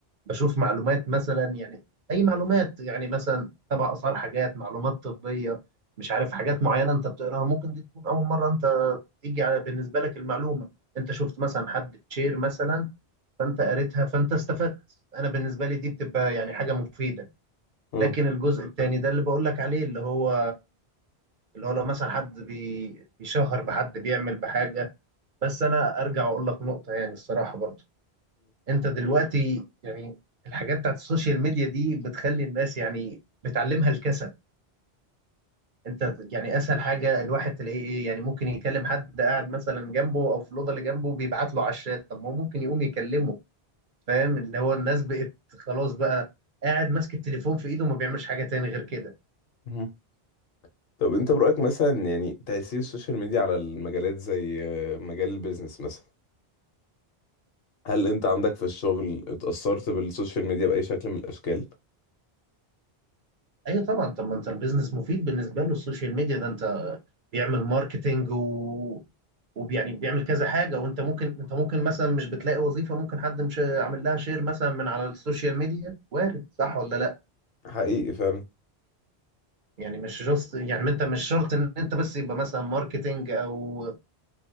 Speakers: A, on the right; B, on the left.
A: بشوف معلومات مثلا يعني اي معلومات يعني مثلا تبع اسعار حاجات معلومات طبيه مش عارف حاجات معينه انت بتقراها ممكن دي تكون اول مره انت تيجي على بالنسبه لك المعلومه انت شفت مثلا حد شير مثلا فانت قريتها فانت استفدت انا بالنسبه لي دي بتبقى يعني حاجه مفيده
B: مم.
A: لكن الجزء الثاني ده اللي بقول لك عليه اللي هو اللي هو لو مثلا حد بي- بيشهر بحد بيعمل بحاجه بس انا ارجع واقول لك نقطه يعني الصراحه برضو انت دلوقتي يعني الحاجات بتاعت السوشيال ميديا دي بتخلي الناس يعني بتعلمها الكسل انت يعني اسهل حاجه الواحد تلاقيه ايه يعني ممكن يكلم حد قاعد مثلا جنبه او في الاوضه اللي جنبه بيبعت له على الشات طب ما هو ممكن يقوم يكلمه فاهم اللي هو الناس بقت خلاص بقى قاعد ماسك التليفون في ايده وما بيعملش حاجه تاني غير كده
B: مم. طب انت برأيك مثلا يعني تأثير السوشيال ميديا على المجالات زي آه، مجال البيزنس مثلا هل انت عندك في الشغل اتأثرت بالسوشيال ميديا بأي شكل من الأشكال؟
A: ايوه طبعا طب ما انت البيزنس مفيد بالنسبه له السوشيال ميديا ده انت بيعمل ماركتينج و... ويعني بيعمل كذا حاجه وانت ممكن انت ممكن مثلا مش بتلاقي وظيفه ممكن حد مش عامل لها شير مثلا من على السوشيال ميديا وارد صح ولا لا
B: حقيقي فعلا
A: يعني مش جاست يعني انت مش شرط ان انت بس يبقى مثلا ماركتينج او